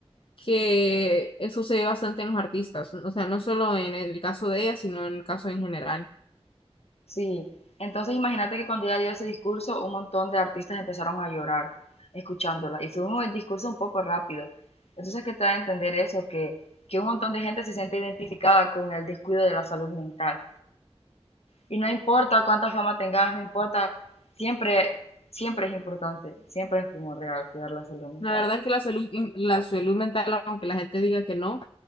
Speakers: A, on the left; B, on the left.
A: que eso se ve bastante en los artistas, o sea, no solo en el caso de ella, sino en el caso en general.
B: sí, entonces imagínate que cuando ella dio ese discurso, un montón de artistas empezaron a llorar escuchándola, y fue un discurso un poco rápido, entonces que te da a entender eso, que, que un montón de gente se siente identificada con el descuido de la salud mental. Y no importa cuánta fama tengas, no importa, siempre, siempre es importante, siempre es primordial cuidar la salud mental.
A: La verdad es que la salud, la salud mental, aunque la gente diga que no,